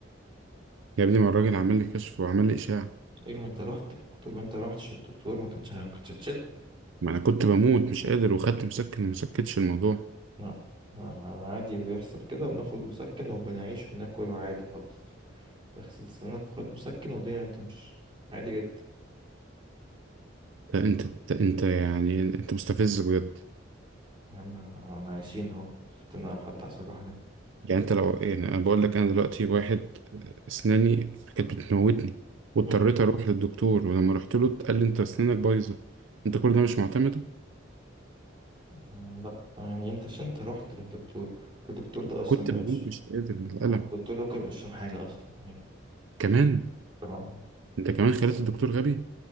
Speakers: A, on the right; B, on the right.
A: يا ابني ما الراجل عمل لي كشف وعمل لي اشعة
B: ايه ما انت رحت الدكتور ما انت رحتش الدكتور ما كانتش ما كانتش هتشيلك
A: ما انا كنت بموت مش قادر وخدت مسكن وما سكتش الموضوع
B: لا لا، عادي بيحصل كده وبناخد مسكن وبنعيش وناكل وعادي خالص اغسل سنانك وخد مسكن والدنيا هتمشي عادي جدا
A: لا انت انت انت يعني انت مستفز بجد
B: يا عم انا عايشين اهو شفتنا حد حصل له حاجة
A: يعني انت لو يعني انا بقول لك انا دلوقتي واحد اسناني كانت بتموتني واضطريت
B: مم.
A: اروح للدكتور ولما رحت له قال لي انت اسنانك بايظة انت كل ده مش معتمده
B: آه، لا يعني انت عشان انت رحت للدكتور الدكتور ده اصلا
A: كنت
B: بيبقى
A: بموت
B: مش
A: مش قادر من الألم
B: هو الدكتور ده ممكن مش فاهم حاجة اصلا عادي
A: كمان
B: اه
A: انت كمان خليت الدكتور غبي